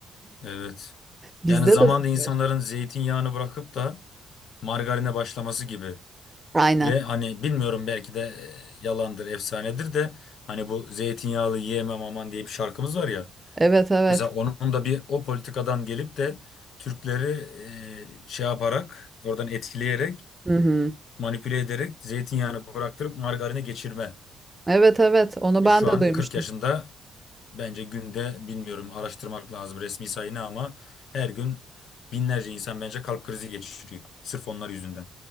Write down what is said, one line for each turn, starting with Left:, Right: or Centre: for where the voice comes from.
Left: Evet.
Right: Bizde
Left: Yani zamanda
Right: de suç.
Left: insanların zeytinyağını bırakıp da margarine başlaması gibi.
Right: Aynen.
Left: Ve hani bilmiyorum belki de e, yalandır, efsanedir de hani bu zeytinyağlı yiyemem aman diye bir şarkımız var ya.
Right: Evet evet.
Left: Mesela onun da bir o politikadan gelip de Türkleri e, şey yaparak, oradan etkileyerek,
Right: Hı hı.
Left: manipüle ederek zeytinyağını bıraktırıp margarine geçirme.
Right: Evet evet. Onu
Left: Ve
Right: ben
Left: şu
Right: de
Left: an
Right: duymuştum.
Left: 40 yaşında Bence günde bilmiyorum araştırmak lazım resmi sayını ama her gün binlerce insan bence kalp krizi geçiriyor. Sırf onlar yüzünden.